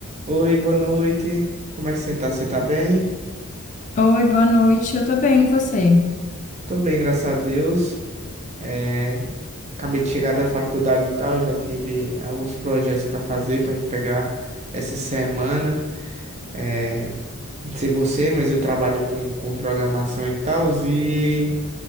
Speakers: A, on the right (about 30°); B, on the left (about 35°).
A: Oi, boa noite. Como é que você tá? Você tá bem?
B: Oi, boa noite. Eu tô bem, e você?
A: Tô bem, graças a Deus. É, acabei de chegar da faculdade e tal, já tive alguns projetos para fazer, para entregar essa semana. É, não sei você, mas eu trabalho com, com programação e tal, e